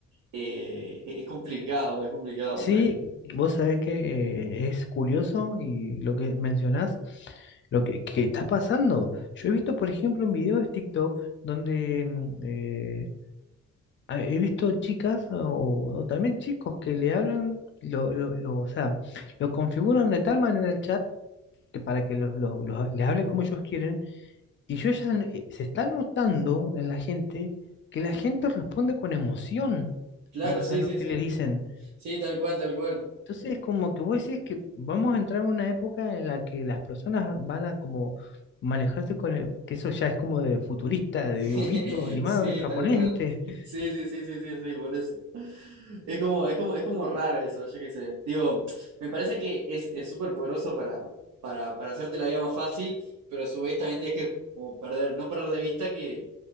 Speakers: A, on the right; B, on the left.
A: eh, es es complicado, es complicado
B: Sí,
A: ahí.
B: vos sabés que eh, es curioso y lo que mencionás, lo que, que está pasando. Yo he visto, por ejemplo, en videos de TikTok donde mm, eh, ah, he visto chicas o, o también chicos que le hablan, lo, lo, lo- o sea, lo configuran de tal manera el chat que para que los, los- los- les hable como ellos quieren. Y yo ya eh, se está notando en la gente que la gente responde con emoción
A: Claro,
B: a
A: sí,
B: a lo
A: sí,
B: que
A: sí.
B: le dicen.
A: Sí, tal cual, tal cual.
B: Entonces es como que vos decís que vamos a entrar en una época en la que las personas van a como manejarse con el- que eso ya es como de futurista, de
A: <laughs>
B: dibujito animado
A: Sí,
B: y japonés,
A: tal cual.
B: ¿viste? <laughs>
A: Sí, sí, sí, sí, sí, sí, por eso. Es como, es como, es como raro eso, yo qué sé. Digo, me parece que es, es súper poderoso para, para, para hacerte la vida más fácil, pero a su vez también tienes que como perder, no perder de vista que,